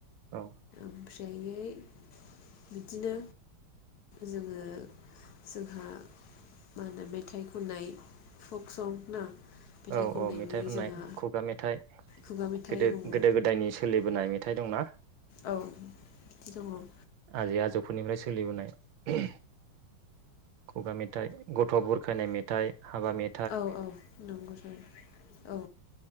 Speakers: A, on the right (about 75°); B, on the left (about 55°).
A: औ
B: ओमफ्रायै बिदिनो जोङो जोंहा मा होनो मेथाइ खननाय फक सं ना। मेथाइ
A: औ
B: खननायनि
A: औ मेथाइ खननाय
B: जोंहा
A: खुगा मेथाइ।
B: खुगा मेथाइ
A: गोदो
B: दङ
A: गोदो गोदायनि सोलिबोनाय मेथाइ दं ना।
B: औ दङ'।
A: आजै आजौफोरनिफ्राय सोलिबोनाय खुगा मेथाइ। गथ' बुरखायनाय मेथाइ हाबा मे
B: औ औ नंगौ थारैनो। औ